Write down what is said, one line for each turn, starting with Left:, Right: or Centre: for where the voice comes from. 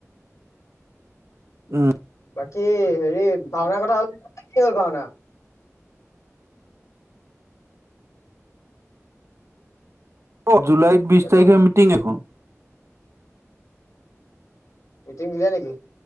Right: উম।
Left: বাকী হেৰি ভাওনাৰ কথা হ'ল কি হ'ল ভাওনা,
Right: অ জুলাইত বিশ
Left: হেল্ল'
Right: তাৰিখে মিটিং এখন-
Left: মিটিং দিলে নেকি?